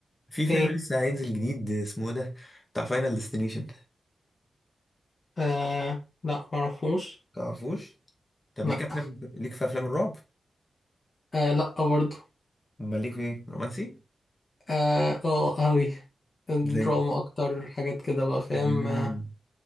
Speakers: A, on the left; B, on the left.
A: في فيلم
B: إيه
A: لسه هينزل جديد اسمه إيه ده بتاع فاينل ديستنيشن
B: آه لا معرفوش
A: تعرفوش طب
B: لا
A: ليك افلام ليك في افلام الرعب
B: آه لا برضه
A: امال ليك في ايه رومانسي
B: آه أه أوي
A: زي
B: دراما أكتر حاجات كده بقى فاهم
A: امم
B: آه